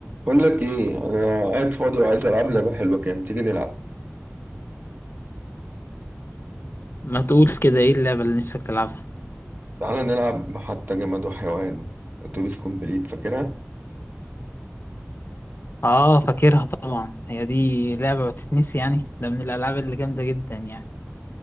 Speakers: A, on the right; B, on the left.
A: بقول لك ايه انا قاعد فاضي وعايز العب لعبه حلوه كده ما تيجي نلعب
B: ما تقول كده ايه اللعبة اللي نفسك تلعبها
A: تعالى نلعب حتى جماد وحيوان اتوبيس كومبليت فاكرها
B: اه فاكرها طبعا هي دي لعبة ما تتنسي يعني ده من الالعاب اللي جامدة جدا يعني